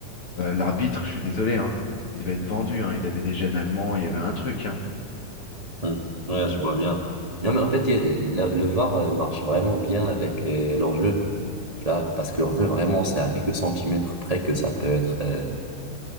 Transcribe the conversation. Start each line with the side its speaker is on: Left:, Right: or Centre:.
Left: Euh, l'arbitre, je suis désolé, hein, il devait être vendu. hein, Il avait des gènes allemands, il y avait un truc. hein.
Right: Hmm. Ouais, je vois bien. Non, mais en fait, il y a- la- le VAR euh, marche vraiment bien avec euh, leur jeu. Tu vois, parce que leur jeu, vraiment, c'est à quelques centimètres près que ça peut être. euh,